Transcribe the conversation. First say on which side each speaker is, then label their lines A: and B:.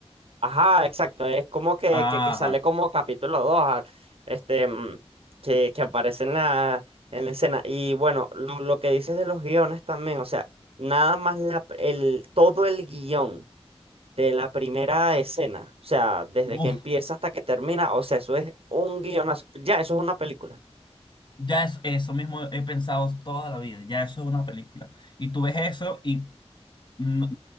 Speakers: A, on the right (about 60°); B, on the left (about 45°).
A: Ajá, exacto. Es como que,
B: Ajá.
A: que, que sale como capítulo 2 este, mm, que, que aparece en la, en la escena. Y bueno, lo, lo que dices de los guiones también, o sea, nada más la, el, todo el guión de la primera escena, o sea, desde
B: Uf,
A: que empieza hasta que termina, o sea, eso es un guionazo. Ya, eso es una película.
B: ya es eso mismo he pensado toda la vida. Ya eso es una película. Y tú ves eso y no,